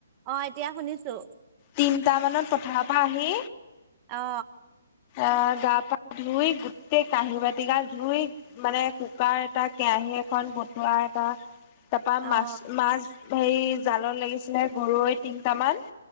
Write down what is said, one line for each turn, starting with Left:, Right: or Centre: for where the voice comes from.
Right: অ এতিয়া শুনিছো
Left: তিনটা মানত পথাৰ পৰা আহি
Right: অ
Left: অ গা পা ধুই গোটেই কাঁহী বাতি গা ধুই মানে কুকাৰ এটা কেৰাহী এখন বতোৱা এটা তাৰপা
Right: অ
Left: মাছ মাছ হেৰি জালত লাগিছিলে গৰৈ তিনটামান